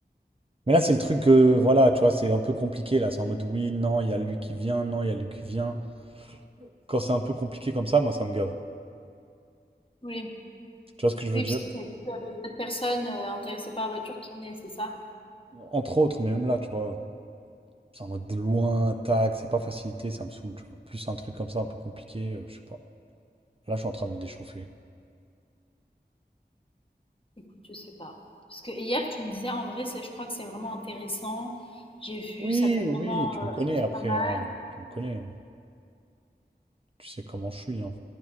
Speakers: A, on the right; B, on the left.
A: Mais là, c'est le truc, euh, voilà, tu vois, c'est un peu compliqué là. C'est en mode oui, non, il y a lui qui vient, non, il y a lui qui vient. Quand c'est un peu compliqué comme ça, moi, ça me gave.
B: Oui,
A: Tu vois ce que je veux
B: Oui,
A: dire?
B: parce qu'il y avait d'autres personnes euh, intéressées par la voiture qui venaient, c'est ça?
A: Entre autres, mais même là, tu vois, c'est en mode de loin, tac, c'est pas facilité, ça me saoule, tu vois. Plus un truc comme ça, un peu compliqué, euh, je sais pas. Là, je suis en train de me déchauffer.
B: Écoute, je sais pas. Parce que hier, tu me disais, en vrai, c'est- je crois que c'est vraiment intéressant. J'ai vu,
A: Oui,
B: ça peut vraiment
A: oui, tu
B: euh,
A: me connais
B: être
A: après,
B: pas mal,
A: hein, Tu me connais, hein. Tu sais comment je suis, hein.